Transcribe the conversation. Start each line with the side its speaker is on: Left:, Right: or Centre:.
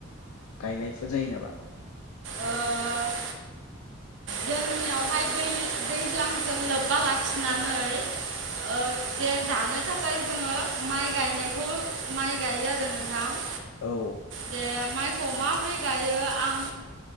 Left: गायनायफोर जायो नामा?
Right: ओ जोंनियावहाय दै दैज्लांजों लोब्बा लाखिनानै ओ जे जानो थाखाय जोङो माइ गायनायखौ माइ गायो आरो नोंथां।
Left: औ
Right: जे माइखौ माबोरै गायो आं